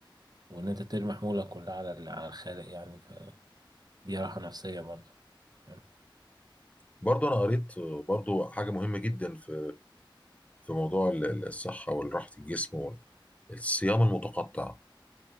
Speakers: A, on the right; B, on the left.
A: وان انت ترمي حمولك كلها على ال- على الخالق يعني فدي راحه نفسيه برضو تمام
B: برضه انا قريت برضه حاجة مهمة جدا في في موضوع ال- ال- الصحة والراحة الجسم والصيام المتقطع